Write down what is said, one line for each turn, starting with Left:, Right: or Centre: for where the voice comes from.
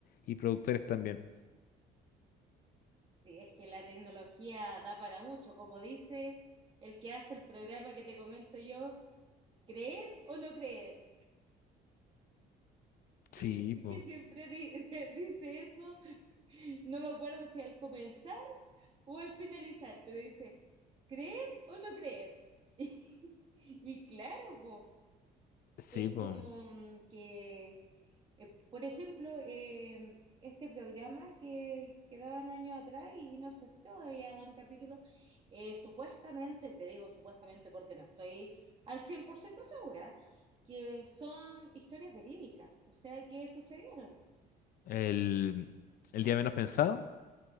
Left: y productores también.
Right: Sí, es que la tecnología da para mucho, como dice el que hace el programa que te comento yo, creer o no creer,
Left: Sí,
Right: <laughs>
Left: pues.
Right: que siempre di- <laughs> dice eso. No me acuerdo si al comenzar O al finalizar, pero dice, ¿creer o no creer? <laughs> Y, claro, po,
Left: Sí,
Right: es
Left: pues.
Right: como mm, que, eh, por ejemplo, eh, este programa que, que daban años atrás, y no sé si todavía dan capítulo, eh, supuestamente, te digo supuestamente porque no estoy al 100% segura, que son historias verídicas, o sea, que sucedieron.
Left: El, el día menos pensado.